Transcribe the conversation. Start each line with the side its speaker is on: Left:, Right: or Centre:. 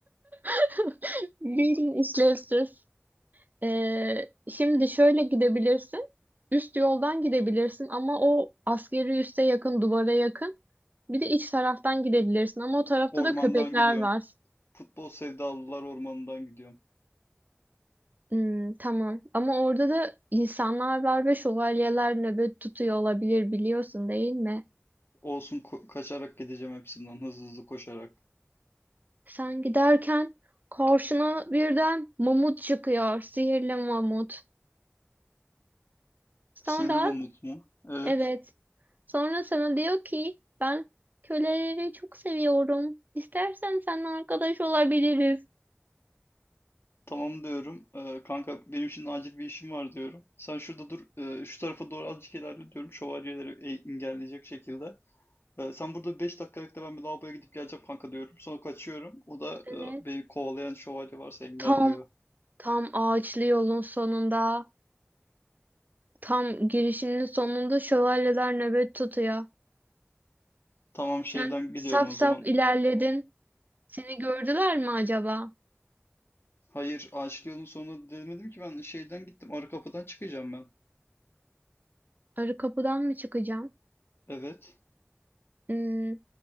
Right: <laughs> Bir elin işlevsiz. Ee, şimdi şöyle gidebilirsin. Üst yoldan gidebilirsin ama o askeri üste yakın, duvara yakın. Bir de iç taraftan gidebilirsin ama o tarafta
Left: Ormandan
Right: da köpekler
Left: gidiyorum.
Right: var.
Left: Futbol sevdalılar ormanından gidiyorum.
Right: Hmm, tamam ama orada da insanlar var ve şövalyeler nöbet tutuyor olabilir biliyorsun değil mi?
Left: Olsun ko- kaçarak gideceğim hepsinden hızlı hızlı koşarak.
Right: Sen giderken karşına birden mamut çıkıyor, sihirli mamut. Sonra
Left: Sildim mu? Evet.
Right: Evet. Sonra sana diyor ki ben köleleri çok seviyorum. İstersen seninle arkadaş olabiliriz.
Left: Tamam diyorum. Ee, kanka benim şimdi acil bir işim var diyorum. Sen şurada dur. e, şu tarafa doğru azıcık ilerle diyorum. Şövalyeleri e- engelleyecek şekilde. Ee, sen burada 5 dakika bekle ben bir lavaboya gidip geleceğim kanka diyorum. Sonra kaçıyorum. O da e,
Right: Evet.
Left: beni kovalayan şövalye varsa engelliyor.
Right: Tam tam ağaçlı yolun sonunda, tam girişinin sonunda şövalyeler nöbet tutuyor.
Left: Tamam şeyden
Right: Sen saf
Left: gidiyorum o
Right: saf
Left: zaman.
Right: ilerledin. Seni gördüler mi acaba?
Left: Hayır ağaçlı yolun sonuna demedim ki ben şeyden gittim. Arı kapıdan çıkacağım ben.
Right: Arı kapıdan mı çıkacağım?
Left: Evet.
Right: Hmm,